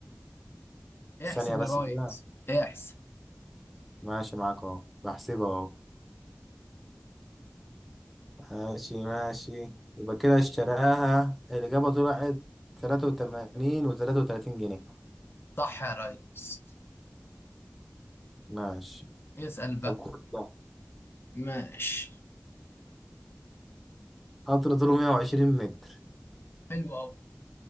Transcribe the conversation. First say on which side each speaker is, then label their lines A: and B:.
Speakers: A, in the centre; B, on the left.
A: ثانية
B: احسب
A: بس
B: يا ريس
A: كده
B: احسب
A: ماشي معاك اهو بحسبها اهو ماشي ماشي يبقى كده اشتراها الإجابة طلعت تلاتة وتمانين وتلاتة وتلاتين جنيه
B: صح يا ريس
A: ماشي
B: اسأل بقى
A: طب خد ده
B: ماشي
A: قطر طوله مية وعشرين متر
B: حلو قوي